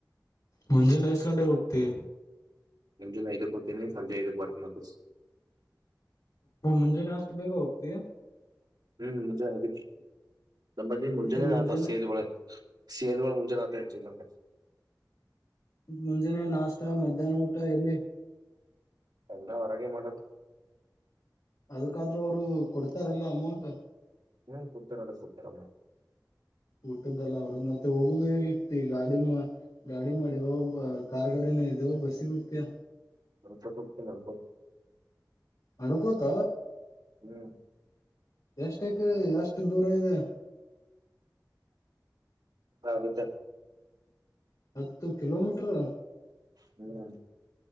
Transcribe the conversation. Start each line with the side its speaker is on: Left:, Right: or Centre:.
Left: ಮುಂಜಾನೆ ಎಷ್ಟು ಗಂಟೆಗೆ ಹೋಗ್ತಿ
Right: ಮುಂಜಾನೆ ಐದಕ ಹೊಗ್ತಿನಿ ಸಂಜೆ ಐದಕ್ಬರತಿನಿ ವಾಪಸ್
Left: ಮುಂಜಾನೆ ಅಷ್ಟು ಬೇಗ ಹೋಗ್ತೀ
Right: ಹೂಂ ಮುಂಜಾನೆ ಹೋಗಿದ್ದೆ <unintelligible>
Left: ಮತ್ತೆ ಮುಂಜಾನೆ
Right: ಸೇಲ್ಗಳು ಮುಂಜೆನಾತ ಆಕ್ಚುಲಿ ನಮ್ದ
Left: ಮುಂಜಾನೆ ನಾಷ್ಟ ಮಧ್ಯಾಹ್ನ ಊಟ ಎಲ್ಲಿ
Right: ಎಲ್ಲ ಹೊರಗೆ ಮಾಡೋದು
Left: ಅದಕ್ಕಾದ್ರೂ ಅವರು ಕೊಡ್ತಾರಲ್ಲ ಅಮೌಂಟ್
Right: ಹ್ಮ್ ಕೊಡ್ತಾರೆ ಅದು ಕೊಡ್ತಾರದ
Left: ಊಟದ್ದಲ್ಲ ಅವರು ಮತ್ತೆ ಹೋಗುದು ಹೇಗ ಇಗ್ತಿ ಗಾಡಿ ಮ ಗಾಡಿ ಮಾಡೀವೋ ಕಾರ್ ಗಾಡಿನ ಇದಿಯೋ ಬಸ್ಸಿಗೆ ಹೋಗ್ತೀಯ
Right: ನಡ್ಕೋತ ಹೋಗ್ತೀನಿ ನಡಕೋತ
Left: ನಡುಕೋತ
Right: ಹ್ಮ್
Left: ಎಷ್ಟೆಕ್ ಎಷ್ಟ ದೂರ ಇದೆ
Right: ಆಗುತ್ತೆ
Left: ಹತ್ತು ಕಿಲೋಮೀಟರ್
Right: ಹ್ಮ್